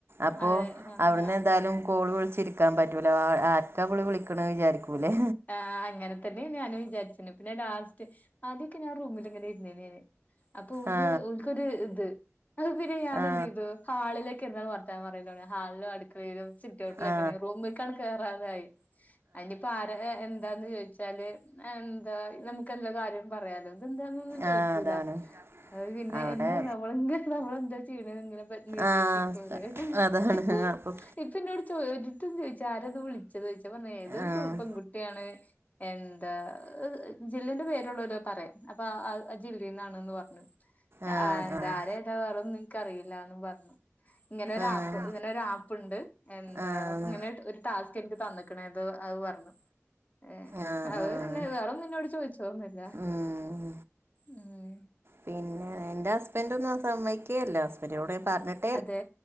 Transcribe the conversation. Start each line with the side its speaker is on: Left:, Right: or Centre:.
Right: അപ്പോ
Left: അതെ ആഹ്
Right: അവിടുന്ന്
Left: ആഹ്
Right: എതായാലും കോള് വിളിച്ചിരി ക്കാൻ പറ്റൂല അറ്റപുളി വിളിക്കണ വിചാരിക്കൂല്ലേ?
Left: ആഹ് അങ്ങനെ തന്നെ ഞാനും വിചാരിചേ പിന്നെ ലാസ്റ്റ് ആദ്യൊക്കെ ഞാൻ റൂമിൽ എങ്ങനെ ഇരുന്നേനു അപ്പൊ ഓര്
Right: ആ
Left: ഓർക്കൊരു ഇത് അത് പിന്നെ ഞാനെ
Right: ആ
Left: എന്ത് ചെയ്തു. ഹാളിലേക്കെ എന്നും വർത്താനം പറയ ഹാളി സിട്ടോ‌ട്ടിൽ
Right: ആ
Left: ഒക്കെ റൂമിലേക്കങ്ങു കേറാതായി ആഹ് ഇനിയിപ്പോ ആ ഏഹ് എന്താന്ന് ചോദിച്ചാല് അതു എന്താ നമുക്ക് എന്താ കാര്യം പറയാലോ അതെന്താന്ന ഒന്നും ചോദിക്കൂല
Right: ആ അതാണ്
Left: അത് പിന്നെ
Right: അവിടെ
Left: എന്താ നമ്മള് ഇങ്ങനെ നമ്മളെന്താ ചെയ്യണ ങ്ങനെ പ നിരീക്ഷിക്കൂലേ
Right: ആഹ് അതാണ്
Left: ഇപ്പൊ
Right: അപ്പം
Left: ഇപ്പ എന്നോട് ചോദിച്ചു ആരത് വിളിച്ചത് ചോദിച്ചാ പറഞ്ഞ ഏതൊ
Right: ആഹ്
Left: ഒരു പെൺകുട്ടി. നിങ്ങള് എന്താ ജില്ലന്റെ പേരുള്ളവരോ പറയാം. അപ്പൊ അ അത് ജില്ലന്നാണന്ന് പറഞ്ഞു
Right: ആഹ്
Left: എന്താ
Right: ആഹ്
Left: ആരാ വേറൊന്നു എനിക്കറിയില്ലാന്നും പറഞ്ഞു ഇങ്ങനൊരാപ്പ്
Right: ആഹ്
Left: ഇങ്ങനൊരാപ്പ് പ്പുണ്ട് എന്താ
Right: ആഹ്
Left: അപ്പ ഇങ്ങനെ ഒരു ടാസ്ക് എനിക്ക് തന്നക്കണ അതു അത് പറഞ്ഞു ഏഹ്
Right: ആഹ്
Left: അത്
Right: ആഹ്
Left: പിന്നെ വേറൊന്നും ന്നോട് ചോദിച്ചോന്നൂല്ല
Right: ഉം
Left: ഉം.
Right: പിന്നെ എന്റെ ഹസ്ബൻഡ് ഒന്നും സമ്മതിക്കുവേയില്ല. ഹസ്ബൻഡിനോട് പറഞ്ഞിട്ട്
Left: അതെ